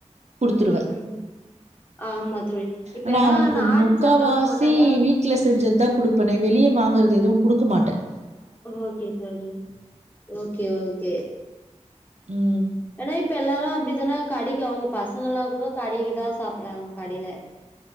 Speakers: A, on the right; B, on the left.
A: குடுத்துருவே
B: <unintelligible> ஆமா தோழி இப்ப
A: ஆனா
B: ஏன்னா
A: அவனுக்கு
B: நாட்டு
A: முக்கா
B: சக்கர
A: வாசி
B: போட்டாதா
A: வீட்டுல செஞ்சது தான் குடுப்பேனே வெளியே வாங்க வேற எதுவும் குடுக்க மாட்டேன்
B: ஓகே சரி ஓகே ஓகே
A: உம்ஹ்
B: ஏன்னா இப்ப எல்லாரும் அப்படித்தானே கடைக்கும் அவங்க பசங்கல்லாம் கூட கடைக்குதான் சாப்பிறாங்க கடையில